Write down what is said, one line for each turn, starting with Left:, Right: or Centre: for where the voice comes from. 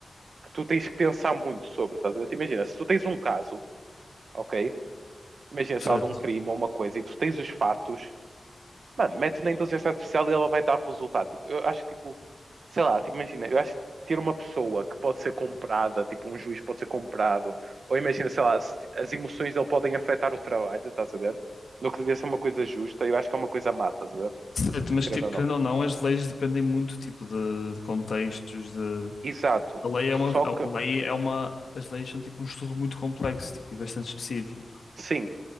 Right: que tu tens que pensar muito sobre, estás a ver? Tipo, Imagina, se tu tens um caso, ok? Imagina,
Left: Certo.
Right: sei lá, de um crime ou uma coisa e tu tens os fatos, Mano, mete na inteligência artificial e ela vai dar o resultado. Tipo, eu acho que, tipo, sei lá, tipo, imagina, eu acho que ter uma pessoa que pode ser comprada, tipo, um juiz pode ser comprado, ou imagina, sei lá, se- as emoções dele podem afetar o trabalho, estás a ver? No que devia ser uma coisa justa, eu acho que é uma coisa má, estás a ver?
Left: Certo, mas
Right: Querendo
Left: tipo,
Right: ou
Left: querendo
Right: não.
Left: ou não, as leis dependem muito tipo de, de contextos, de
Right: Exato.
Left: A lei é uma,
Right: Só
Left: a
Right: que,
Left: lei é uma, as leis são tipo um estudo muito complexo, tipo, e bastante específico.
Right: sim,